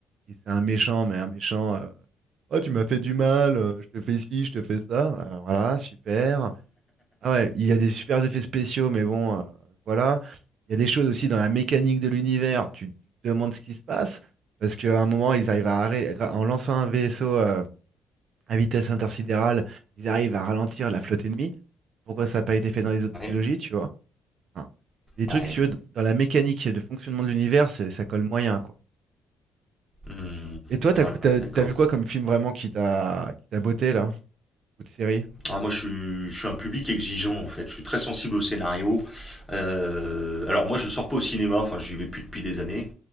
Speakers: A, on the right (about 60°); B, in the centre.
A: et c'est un méchant, mais un méchant. euh, oh, tu m'as fait du mal, euh, je te fais ci, je te fais ça. Euh, voilà, super. Ah ouais, il y a des super effets spéciaux, mais bon, euh, voilà. Il y a des choses aussi dans la mécanique de l'univers. Tu, te demandes ce qui se passe, parce qu'à un moment, ils arrivent à arrêter, en lançant un vaisseau euh, à vitesse intersidérale, ils arrivent à ralentir la flotte ennemie. Pourquoi ça n'a pas été fait dans les autres
B: Ouais.
A: trilogies, tu vois? Enfin, des trucs,
B: Ouais.
A: si tu veux, dans la mécanique de fonctionnement de l'univers, c'est- ça colle moyen, quoi.
B: Hmm.
A: Et toi, t'as,
B: Ouais,
A: t'as,
B: d'accord.
A: t'as vu quoi comme film vraiment qui t'a, qui t'a botté, là? Ou de série?
B: Alors, moi, je suis, je suis un public exigeant, en fait. Je suis très sensible au scénario. Euh, alors, moi, je sors pas au cinéma. Enfin, j'y vais plus depuis des années.